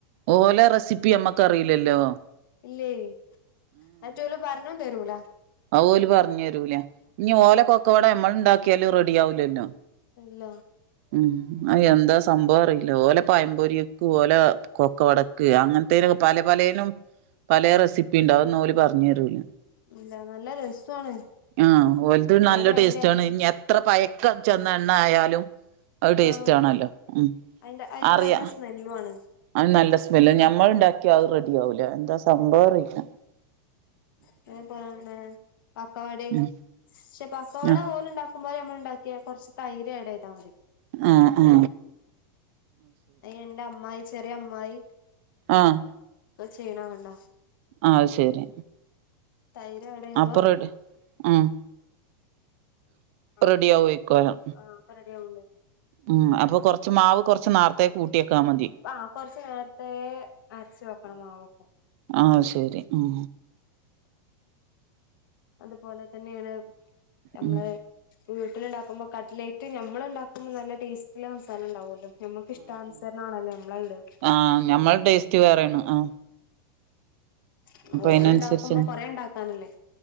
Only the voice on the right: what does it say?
ഓലെ റെസിപ്പി നമ്മക്കറിയില്ലല്ലോ
അത് ഓല്‌പറഞ്ഞു തരൂല ഇനി ഓലെ കൊക്കവട നമ്മള് ഉണ്ടാക്കിയാലും റെഡി ആവുലല്ലോ?
ഉം അ എന്താ സംഭവം അറിയില്ല ഓലെ പായം പൊരിക്കും ഓലെ കൊക്ക വടക്ക് അങ്ങനത്തേനൊക്കെ പല പലേനും പലെ റെസിപ്പി ഉണ്ടാവുംഅത് ഒന്നും ഓല് പറഞ്ഞെ രൂല.
ങ്ഹ ഓലത്
നല്ല ടേസ്റ്റാണ്
ഇഞെ എത്ര പയക്കം ചെന്ന എണ്ണ ആയാലും അത് ടേസ്റ്റ്
ആണല്ലോ ഉം
അറിയാം
അത് നല്ല സ്മെല്ല് ഞമ്മള് ഉണ്ടാക്കിയ അത് റെഡി ആവൂലാ എന്താ സംഭവം ന്ന് അറിലാ
ഉം
ആഹ്
ആ ആ
ആഹ്
ആ അത് ശരി
അപ്പോ റെഡി ഉം
റെഡി ആവേയ്ക്കാരം
ഉം അപ്പൊ കൊറച്ച്മാവ് കുറച്ച് നേരത്തേ കൂട്ടിയേക്കാൻ മതി
ആ ശരി ഉം
ഉം
ആ ഞമ്മളുടെ ടേസ് <unintelligible> പറയണ് ആ.
അയിനനുസരിച്ച്